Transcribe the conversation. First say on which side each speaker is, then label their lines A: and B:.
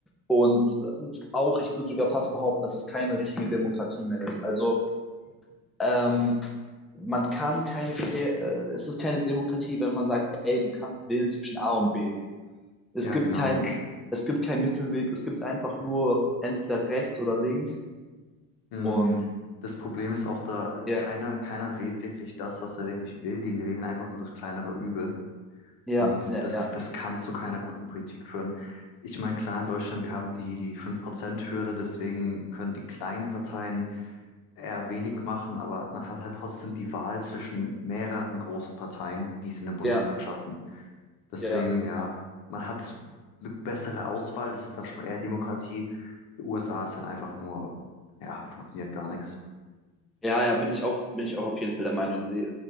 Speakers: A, in the centre; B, on the left.
A: Und äh, auch, ich würde sogar fast behaupten, dass es keine richtige Demokratie mehr ist. Also ähm, man kann keine, Quer- äh, es ist keine Demokratie, wenn man sagt, ey, du kannst wählen zwischen A und B. Es
B: Ja,
A: gibt
B: genau.
A: kein, es gibt keinen Mittelweg, es gibt einfach nur entweder rechts oder links.
B: Mhm.
A: Und
B: Das Problem ist auch da,
A: ja,
B: keiner, keiner wählt wirklich das, was er wirklich will. Die wählen einfach nur das kleinere Übel.
A: ja,
B: Und
A: ja,
B: das,
A: ja,
B: das kann zu keiner guten Politik führen. Ich meine, klar, in Deutschland, wir haben die, die fünf Prozent hürde deswegen können die kleinen Parteien eher wenig machen, aber man hat halt trotzdem die Wahl zwischen mehreren großen Parteien, die es in den Bundestag
A: ja,
B: schaffen. Deswegen,
A: ja.
B: ja, man hat eine bessere Auswahl, das ist dann schon eher Demokratie. Die USA ist halt einfach nur, ja, funktioniert gar nichts.
A: Ja, ja, bin ich auch, bin ich auch auf jeden Fall der Meinung. Äh,